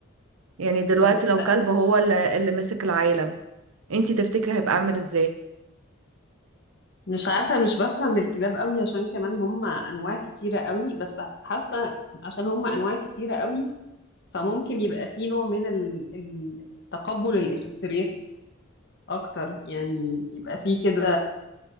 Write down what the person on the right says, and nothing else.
يعني دلوقتي
لو
كلب هو اللي, اللي مسك العالم انتي تفتكري هيبقى عامل ازاي